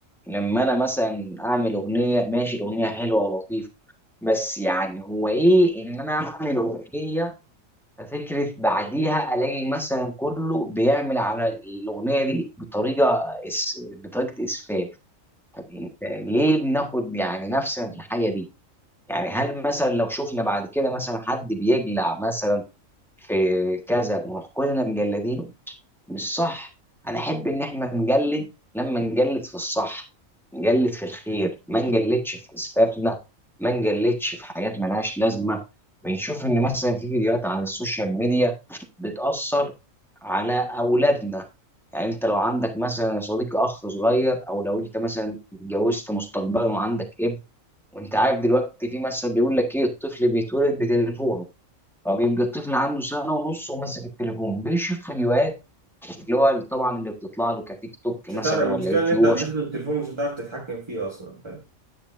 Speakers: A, in the centre; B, on the right (about 20°).
A: لما انا مثلا اعمل اغنيه ماشي الاغنيه حلوه ولطيفه بس يعني هو ايه ان انا اعمل اغنيه ففكره بعديها الاقي مثلا كله بيعمل على الاغنيه دي بطريقه إس... بطريقه اسفاف طب انت ليه بناخد يعني نفسنا في الحاجه دي يعني هل مثلا لو شفنا بعد كده مثلا حد بيجلع مثلا في كذا ونروح كلنا مجلدين مش صح انا احب ان احنا نجلد لما نجلد في الصح نجلد في الخير ما نجلدش في اسفافنا ما نجلدش في حاجات ملهاش لازمه بنشوف ان مثلا في فيديوهات على السوشيال ميديا بتاثر على اولادنا يعني انت لو عندك مثلا يا صديقي اخ صغير او لو انت مثلا اتجوزت مستقبلا وعندك ابن وانت عارف دلوقتي في مثل بيقول لك ايه الطفل بيتولد بتليفونه هو بيبقى الطفل عنده سنه ونص وماسك التليفون بيشوف فيديوهات اللي هو طبعا اللي بتطلع له كتيك توك
B: مش
A: مثلا
B: هتعرف المشكلة
A: ولا يوتيوب
B: ان انت هتدوس
A: عشان-
B: التليفون مش هتعرف تتحكم فيه اصلا فاهم